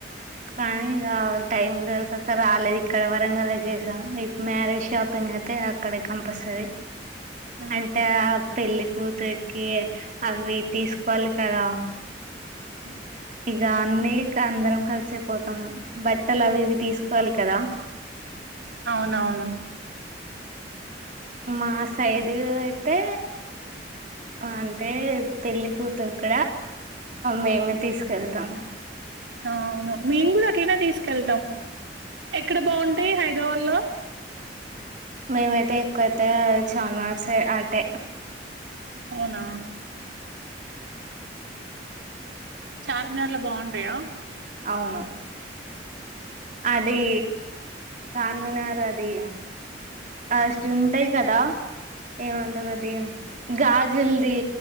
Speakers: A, on the right (about 45°); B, on the right (about 75°).
A: కానీ ఇగ టైం దొరకక ఇక్కడ వరంగలా చేసాం ఇ మ్యారేజ్ షాపింగ్ అయితే అక్కడే కంపల్సరీ
B: హ్మ్
A: అంటే ఆ పెళ్లి కూతుకి అవి తీసుకోవాలి కదా
B: అ
A: <unintelligible> అన్ని అందరం కలిసపోతాము బట్టలు అవి ఇవి
B: హ్మ్
A: తీసుకోవాలి కదా
B: అవునవును
A: మా సైడ్ అయితే అంటే పెళ్లి కూతురు క మేమే తీసుకెళ్తాం
B: అవును మేము కూడ అట్లేనే తీసుకెళ్తం ఎక్కడ బావుంటయి హైదరాబాద్ లో
A: మేమైతే ఎక్కువైతే చాన్వ సే అటే
B: అవునా చార్మినార్ లో బావుంటయా
A: అవును అదీ
B: ఉమ్.
A: చార్మినార్ అదీ ఆస్ట్ ఉంటయి కదా ఏమంటరు అదీ గాజుల్దీ